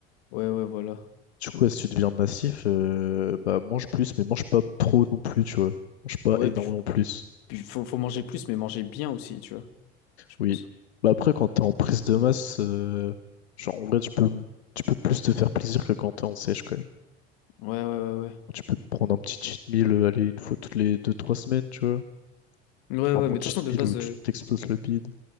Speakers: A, on the left (about 65°); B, on the left (about 80°).
A: ouais, ouais, voilà.
B: Du coup, si tu deviens massif, euh, bah mange plus, mais mange pas trop non plus, tu vois. Mange pas
A: Ouais,
B: énormément
A: puis,
B: plus.
A: puis faut, faut manger plus, mais manger bien aussi, tu vois, je pense.
B: Oui. Bah après, quand t'es en prise de masse, euh, genre en vrai, tu peux tu peux plus te faire plaisir que quand t'es en sèche quand même.
A: Ouais, ouais, ouais, ouais.
B: Tu peux te prendre un petit cheat meal, euh, aller une fois toutes les deux trois semaines, tu vois.
A: Ouais,
B: Genre
A: ouais,
B: bon
A: mais de
B: cheat
A: toute façon, de
B: meal
A: base,
B: où tu
A: euh,
B: t'exploses le bide.